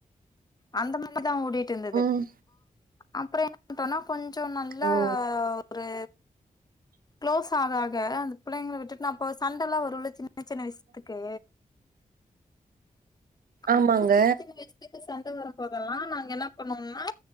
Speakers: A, on the left; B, on the right.
A: அந்த மாரிதா ஓடிட்டு இருந்தது
B: ம்
A: அப்புறொ என்ன ட்டோனா கொஞ்சொ நல்லா
B: ஓ
A: ஒரு க்ளோஸ் ஆக ஆக அந்த பிள்ளைங்கள விட்டுட்டு நாபோ சண்டல்லா வருள்ள சின்ன சின்னசின்ன விஷயத்துக்கு அந்த
B: ஆமாங்க
A: மாரி சின்ன சின்ன விஷயத்துக்கு சண்ட வரம்போதெல்லா நாங்க என்ன பண்ணோனா